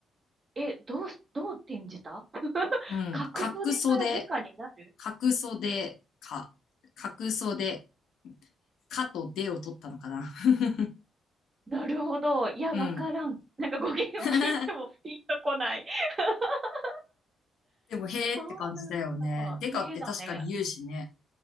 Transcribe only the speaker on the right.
え、どうし、どう転じた <laughs>
角度でからデカになる
なるほど。いや、
わからん。なんか語源を聞いてもピンとこない。
<laughs>
そうなんだ。
へえだね。